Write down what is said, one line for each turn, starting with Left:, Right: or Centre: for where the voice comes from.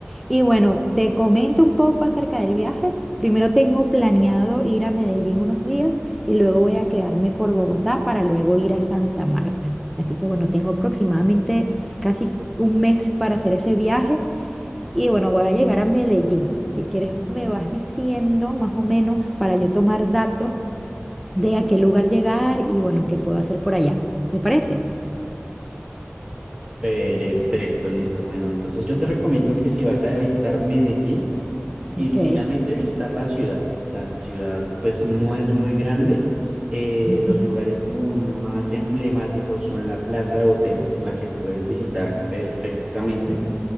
Centre: Y bueno, te comento un poco acerca del viaje. Primero tengo planeado ir a Medellín unos días y luego voy a quedarme por Bogotá para luego ir a Santa Marta. Así que bueno, tengo aproximadamente casi un mes para hacer ese viaje y bueno, voy a llegar a Medellín. Si quieres, me vas diciendo más o menos para yo tomar dato de a qué lugar llegar y bueno, qué puedo hacer por allá. ¿Te parece?
Right: Perfecto, listo. Bueno, entonces yo te recomiendo que si vas a visitar Medellín,
Centre: Ok.
Right: inicialmente visitar la ciudad. La ciudad pues no es muy grande. Eh,
Centre: Ujú.
Right: los lugares como más emblemáticos son la Plaza de Botero, la que puedes visitar perfectamente.